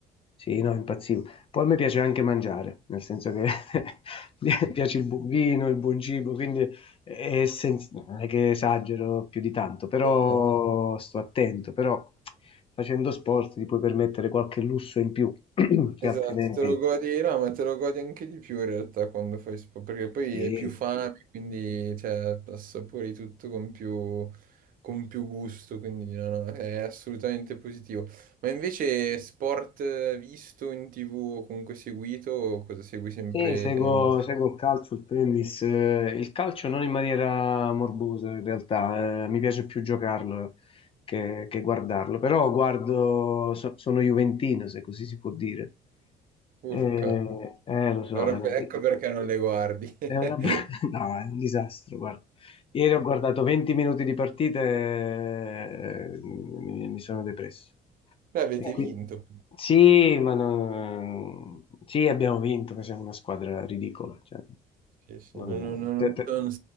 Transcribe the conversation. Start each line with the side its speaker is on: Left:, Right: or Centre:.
Left: Sì, no, impazzivo. Poi a me piace anche mangiare, nel senso che <laughs> mi piace il buon vino, il buon cibo, quindi è sen- non è che esagero più di tanto, però
Right: eh, eh.
Left: sto attento, però facendo sport ti puoi permettere qualche lusso in più, <clears throat> che
Right: Esatto,
Left: altrimenti
Right: te lo godi, no, ma te lo godi anche di più in realtà quando fai sport, perché poi
Left: sì,
Right: hai più fame, quindi cioè, assapori tutto con più, con più gusto, quindi no, no, è assolutamente positivo. Ma invece sport eh, visto in TV o comunque seguito, o cosa segui sempre
Left: Sì, seguo,
Right: tennis?
Left: seguo il calcio, il tennis, eh, il calcio non in maniera morbosa in realtà, eh, mi piace più giocarlo che, che guardarlo, però guardo, so- sono juventino se così si può dire. Eh,
Right: Urca,
Left: eh, lo so,
Right: allora
Left: è
Right: per-
Left: una,
Right: ecco perché non le guardi. <laughs>
Left: è una- <laughs> no, è un disastro, guarda. Ieri ho guardato 20 minuti di partita e eh, mi, mi sono depresso.
Right: Beh, avete
Left: E qui-
Right: vinto.
Left: Sì, ma no- sì, abbiamo vinto, ma siamo una squadra ridicola. cioè.
Right: Sì, sì,
Left: Non-
Right: Non, non- non-
Left: per- per-
Right: non-